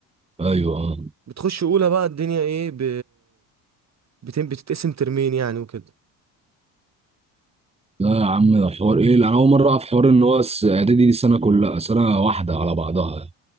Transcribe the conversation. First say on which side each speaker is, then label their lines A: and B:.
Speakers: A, on the right; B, on the right.
A: ايوه اه
B: بتخش اولى بقى الدنيا ايه ب... بتم بتتقسم ترمين يعني وكده
A: لا يا عم ده حوار ايه انا اول مره اعرف حوار ان هو الس- اعدادي دي سنه كلها سنه واحده على بعضها